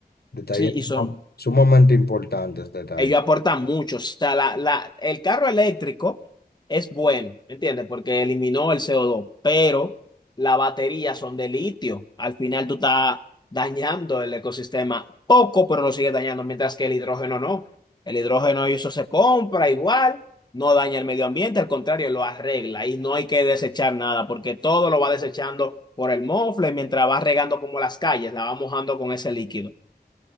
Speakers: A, on the left; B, on the left.
A: detalles
B: Sí, y
A: suma-
B: son,
A: sumamente importantes, detalles.
B: ellos aportan mucho. O sea, la, la, el carro eléctrico es bueno, ¿me ¿entiendes? Porque eliminó el CO2, pero las baterías son de litio. Al final tú estás dañando el ecosistema poco, pero lo sigues dañando, mientras que el hidrógeno no. El hidrógeno y eso se compra igual, no daña el medio ambiente, al contrario, lo arregla y no hay que desechar nada, porque todo lo va desechando por el mofle mientras va regando como las calles, la va mojando con ese líquido.